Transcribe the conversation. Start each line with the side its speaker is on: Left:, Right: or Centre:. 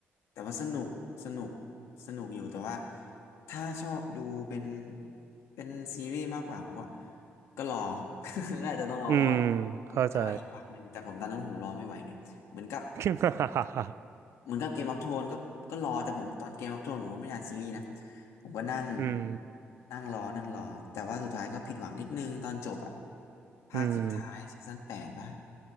Left: แต่ว่าสนุกสนุก สนุกอยู่แต่ว่าถ้าชอบดูเป็นเป็นซีรีส์มากกว่าผมก็ก็รอ <laughs> ก็อาจจะต้องรอเะว่า
Right: อืมเข้าใจ
Left: แต่ว่าอีกพักหนึ่งแต่ผมตอนนั้นผมรอไม่ไหวไงเหมือนกับ
Right: <laughs>
Left: เหมือนกับเกมออฟโทนก็ก็รอแต่ผมตอนเกมออฟโทนผมก็ไม่ได้อ่านซีรีส์นะผมก็นั่ง
Right: อืม
Left: นั่งรอนั่งรอแต่ว่าสุดท้ายก็ผิดหวังนิดนึงตอนจบอะภาคสุดท้ายซีซั่นแปดปะ
Right: อืม